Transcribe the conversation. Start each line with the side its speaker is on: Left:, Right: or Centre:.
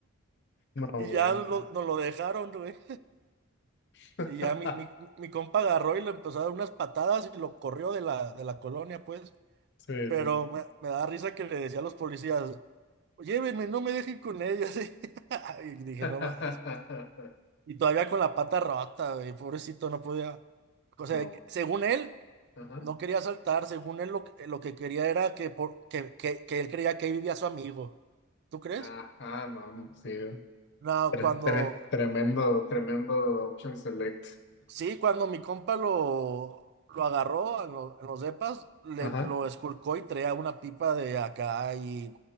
Left: No
Right: Y
Left: manches.
Right: ya lo- nos lo dejaron, güey.
Left: <laughs>
Right: Y ya mi, mi, mi compa agarró y le empezó a dar unas patadas y lo corrió de la, de la colonia, pues.
Left: Sí,
Right: Pero
Left: sí. sí.
Right: me, me da risa que le decía a los policías, llévenme, no me dejen con ellos. <laughs> Y dije,
Left: <laughs>
Right: no más. Y todavía con la pata rota, güey, pobrecito, no podía. O sea,
Left: No.
Right: que según él.
Left: Ajá.
Right: No quería saltar, según él lo, que lo que quería era que, por, que, que, que él creía que ahí vivía su amigo. ¿Tú crees?
Left: Ajá, no, sí.
Right: No,
Left: Tre-
Right: cuando,
Left: tre- tremendo, tremendo option select.
Right: sí, cuando mi compa lo, lo agarró en, lo- en los depas, le,
Left: Ajá.
Right: lo esculcó y traía una pipa de acá y